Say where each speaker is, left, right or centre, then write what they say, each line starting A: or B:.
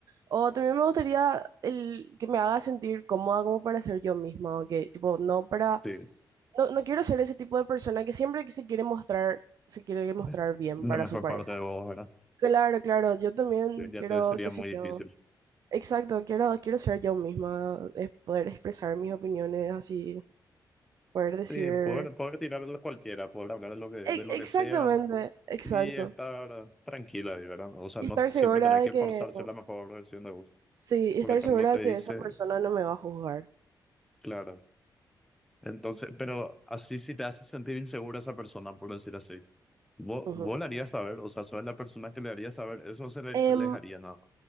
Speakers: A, on the right (about 50°); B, in the centre.
A: O también me gustaría el que me haga sentir cómoda como para ser yo misma, o que tipo, no para,
B: sí.
A: no, no quiero ser ese tipo de persona que siempre que se quiere mostrar, se quiere mostrar
B: de-
A: bien
B: La
A: para
B: mejor
A: su pareja.
B: parte de vos, ¿verdad?
A: Claro, claro, yo también
B: Ya ya
A: quiero,
B: te sería
A: qué sé
B: muy difícil.
A: yo. Exacto, quiero, quiero ser yo misma, es poder expresar mis opiniones así Poder decir...
B: Sí, poder, poder tirar de cualquiera, poder hablar de lo que, de
A: E-
B: lo
A: exactamente,
B: que sea
A: exacto.
B: y estar tranquila, ahí, ¿verdad? O sea,
A: Y
B: no
A: estar
B: siempre
A: segura
B: tener
A: de
B: que
A: que...
B: forzarse la mejor versión de vos.
A: Sí, y
B: Por
A: estar
B: ejemplo,
A: segura
B: te
A: de que
B: dice,
A: esa persona no me va a juzgar.
B: claro. Entonces, pero así si te hace sentir insegura esa persona, por decir así. Vos,
A: Ujú.
B: vos le harías saber, o sea, sos la persona que le haría saber, eso se le,
A: Em,
B: le haría nada,